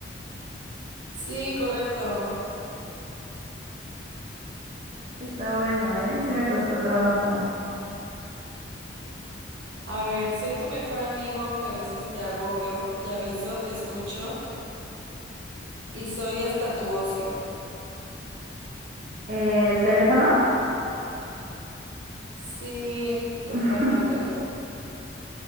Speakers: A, on the right; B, on the right.
A: Sí, correcto.
B: Está bueno, ¿eh? Sí me costó trabajo.
A: A ver, soy tu mejor amigo, aunque a veces te agobio, te aviso, te escucho y soy hasta tu ocio.
B: eh, El teléfono.
A: Sí, totalmente.
B: <laughs>